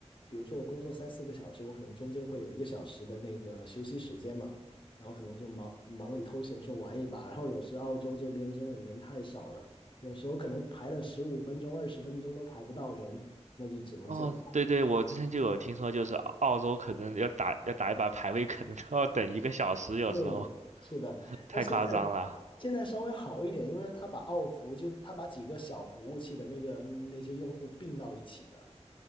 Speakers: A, on the left (about 45°); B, on the right (about 85°).
A: 比如说我工作三四个小时，我可能中间会有一个小时的那个休息时间嘛，然后可能就忙忙里偷闲说玩一把，然后有时澳洲这边真的人太少了，有时候可能排了十五分钟、二十分钟都排不到人，那就只能做。
B: 哦，对对，我之前就有听说，就是澳洲可能要打要打一把排位，可能都要等一个小时，有时候
A: 是的，是的。
B: <laughs> 太夸张了。
A: 那现在现在稍微好一点，因为他把奥服就他把几个小服务器的那个那些用户并到一起了，